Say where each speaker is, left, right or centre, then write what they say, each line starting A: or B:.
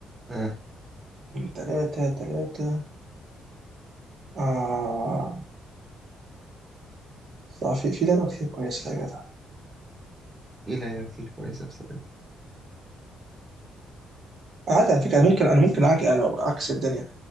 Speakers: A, on the right (about 25°); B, on the right (about 50°).
A: اه
B: ثلاثة ثلاثة آه صح في في لعبة كتير كويسة يا جدع
A: في لعيبة كتير كويسة بس
B: عادي على فكرة انا ممكن انا ممكن أعك- انا عكس الدنيا